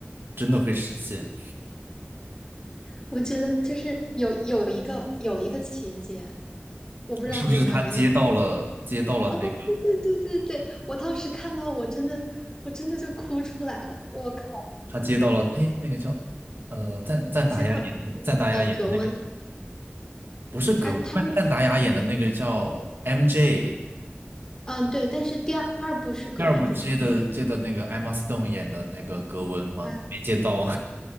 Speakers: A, on the right; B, on the left.
A: 真的会实现，啊
B: 我觉得就是有有一个有一个情节，我不知道你有没有印
A: 是不是他接到了接到了那个？
B: 哦，对对对对对，我当时看到我真的我真的就哭出来了。我靠，
A: 他接到了，哎，那个叫呃赞赞达亚演的赞达亚演的那个
B: 知道呃，葛温
A: 不是格，
B: 他他
A: 不是赞达亚演的那个叫 MJ，
B: 嗯对，但是第二部是葛温是吗？
A: 第二部接的接的那个 Emma Stone 演的那个格温吗？
B: 嗯，
A: 没接到，